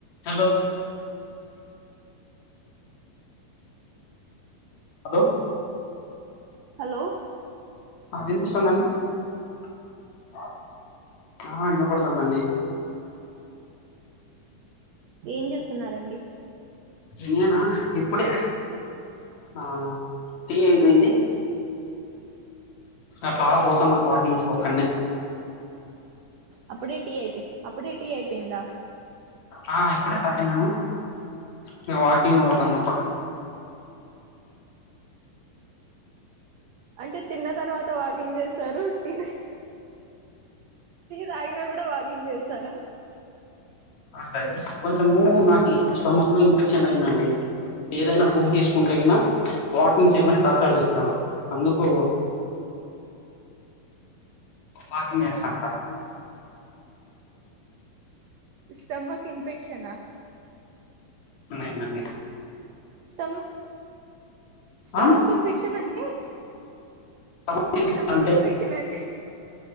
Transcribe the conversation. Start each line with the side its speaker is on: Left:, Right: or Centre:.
Left: Hello hello
Right: hello
Left: ఆ వినిపిస్తుందండి
Right: ఏం చేస్తున్నారండి
Left: నేనా ఇప్పుడే ఆ టి అయిపోయింది అట్లా పోతన్నా వాకింగ్కి ఒక్కనే
Right: అప్పుడే టి అయ్యి అప్పుడే టి అయిపోయిందా
Left: ఆ ఇప్పుడే తాగినాను ఇంకా వాకింగ్ పోతున్నా
Right: అంటే తిన్న తర్వాత వాకింగ్ చేస్తారు టీ తాగినా కూడా వాకింగ్ చేస్తారా
Left: టై కొంచెము నాకి స్టొమక్ లో ఇన్ఫెక్షన్ అయిందండి ఏదైనా ఫుడ్ తీసుకుంటేగిన వాకింగ్ చేయమని డాక్టర్ గారు చెప్తున్నారు అందుకు వాకింగ్ చేస్తాండా
Right: స్టమక్ ఇన్ఫెక్షనా
Left: నేనండి
Right: స్మ్ స్టమక్
Left: ఆ
Right: ఇన్ఫెక్షన్ ఏంటి హే
Left: స్టమక్ ఇన్ఫెక్షన్
Right: స్టమ్మక్
Left: అంటే
Right: ఇన్ఫెక్షన్ ఏంటి